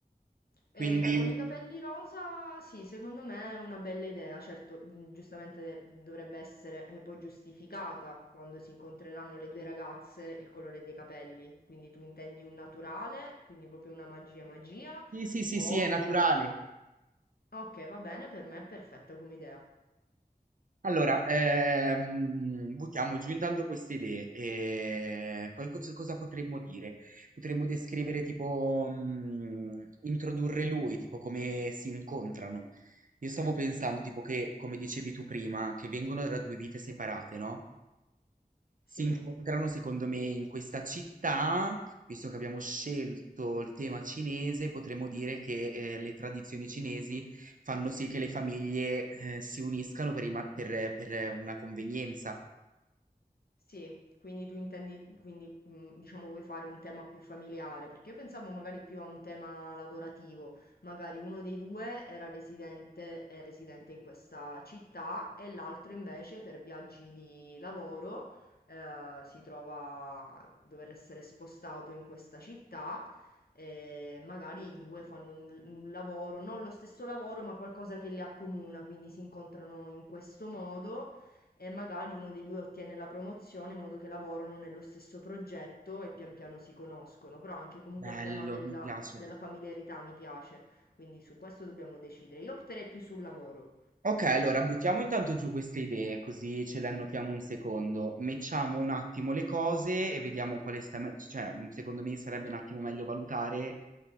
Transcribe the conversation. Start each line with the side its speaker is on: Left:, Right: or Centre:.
Left: E
Right: Quindi,
Left: con i capelli rosa, sì, secondo me è una bella idea, certo, mh, giustamente dovrebbe essere eh, poi giustificata quando si incontreranno le due ragazze il colore dei capelli. Quindi tu intendi un naturale, quindi proprio una magia magia,
Right: sì, sì, sì,
Left: o
Right: sì, è naturale.
Left: la Sì. ragazza... Ok, va bene, per me è perfetta come idea.
Right: Allora, ehm, buttiamo giù intanto queste idee e poi cos- cosa potremmo dire? Potremmo descrivere tipo, mm, introdurre lui, tipo come si incontrano. Io stavo pensando tipo che, come dicevi tu prima, che vengono da due vite separate, no? si
Left: Sì.
Right: incontrano secondo me in questa città, visto che abbiamo scelto il tema cinese, potremmo dire che eh, le tradizioni cinesi fanno sì che le famiglie eh, si uniscano per, i ma- per- per una convenienza.
Left: Sì, quindi tu intendi, quindi mh, diciamo vuoi fare un tema più familiare, perché io pensavo magari più a un tema lavorativo, magari uno dei due era residente, è residente in questa città e l'altro invece per viaggi di lavoro eh, si trova a dover essere spostato in questa città e magari i due fanno un, un lavoro, non lo stesso lavoro, ma qualcosa che li accomuna, quindi si incontrano in questo modo e magari uno dei due ottiene la promozione in modo che lavorano nello stesso progetto e pian piano si conoscono, però anche comunque
Right: Bello,
Left: il tema della,
Right: mi piace.
Left: della familiarità mi piace, quindi su questo dobbiamo decidere. Io opterei più sul lavoro.
Right: Ok, allora buttiamo intanto giù queste idee, così ce le annotiamo un secondo. Mettiamo un attimo le cose e vediamo quale sta, me- cioè, mh, secondo me sarebbe un attimo meglio valutare,